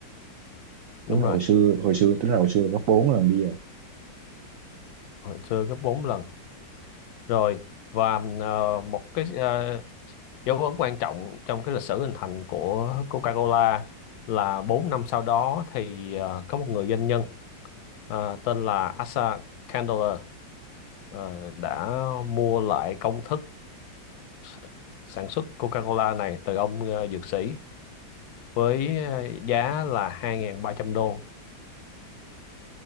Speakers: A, on the left (about 65°); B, on the right (about 80°).
A: đúng
B: tính là
A: rồi
B: hồi xưa hồi xưa tính là hồi xưa là gấp bốn lần bây giờ
A: hồi xưa gấp 4 lần rồi và ờ, một cái ờ, dấu ấn quan trọng trong cái lịch sử hình thành của Coca-Cola là 4 năm sau đó thì ờ, có một người doanh nhân ờ, tên là Asa Candler ờ, đã mua lại công thức s- sản xuất Coca-Cola này từ ông ờ, dược sĩ với ờ, giá là 2.300 đô.